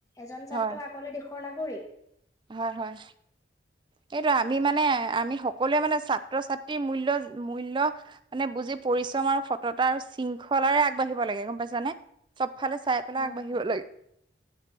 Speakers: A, on the left; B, on the right.
A: এজন
B: হয়
A: ছাত্ৰ আগলে দেশৰ নাগৰিক।
B: হয়, হয়। সেইটো আমি মানে, আমি সকলোৱে মানে ছাত্ৰ-ছাত্ৰীৰ মূল্য মূল্য মানে বুজি পৰিশ্ৰম আৰু সততা শৃংখলাৰে আগবাঢ়িব লাগে গম পাইছানে, চব ফালে চাই
A: হয়,
B: <unintelligible> আগবাঢ়িব
A: হয়।
B: লাগে।